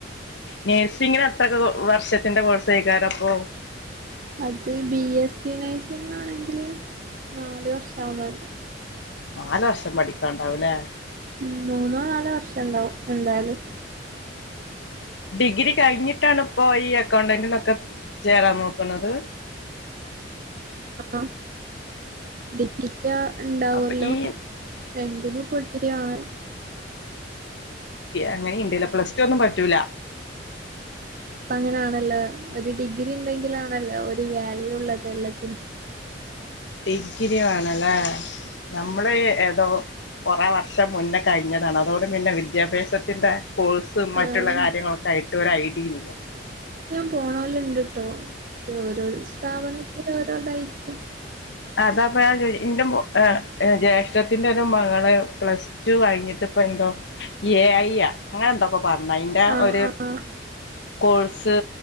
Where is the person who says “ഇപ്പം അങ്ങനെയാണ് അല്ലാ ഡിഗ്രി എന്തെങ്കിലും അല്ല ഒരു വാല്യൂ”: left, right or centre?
Right